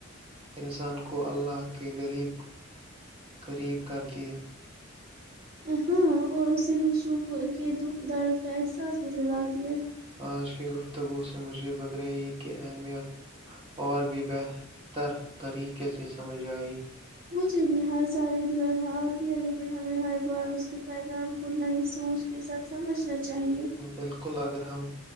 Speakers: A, on the right; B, on the right.
A: انسان کو اللہ کے غریب قریب کرتی ہے
B: ہاں اور اسے دوسروں کو کے دکھ درد کا احساس بھی دلاتی ہے
A: آج کی گفتگو سے مجھے بقر عید کی اہمیت اور بھی بہتر طریقے سے سمجھ آئی
B: مجھے بھی ہر سال ادھر ادھر آتی ہے لیکن ہمیں ہر بار اس کے پیغام کو نئی سوچ کے ساتھ سمجھنا چاہیے
A: بالکل اگر ہم